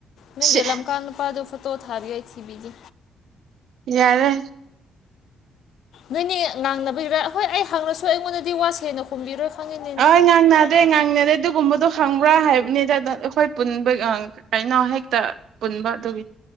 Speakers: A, on the left; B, on the right.
A: ꯅꯪꯒꯤ
B: ꯁꯤ
A: ꯂꯝꯀꯥ ꯅꯨꯄꯥꯗꯣ ꯇꯣ ꯊꯥꯔꯤꯏ ꯊꯤꯕꯤꯒꯤ
B: ꯌꯥꯔꯦ
A: ꯅꯣꯏꯅꯦ ꯉꯥꯡꯅꯕꯒꯤꯔ ꯍꯍꯣꯏ ꯑꯩ ꯍꯪꯉꯁꯨ ꯑꯩꯉꯣꯟꯗꯗꯤ ꯋꯥ ꯁꯦꯅ ꯀꯨꯝꯕꯤꯔꯣꯏ ꯈꯪꯉꯤꯅꯤ
B: <unintelligible> ꯉꯥꯡꯅꯔꯦ ꯑꯗꯨꯒꯨꯝꯕꯗꯣ ꯈꯪꯕ꯭ꯔꯥ ꯍꯥꯏꯕꯅꯤꯗ ꯑꯩꯈꯣꯏ ꯄꯨꯟꯕ ꯀꯩꯅꯣ ꯍꯦꯛꯇ ꯄꯨꯟꯕ ꯑꯗꯨꯒꯤ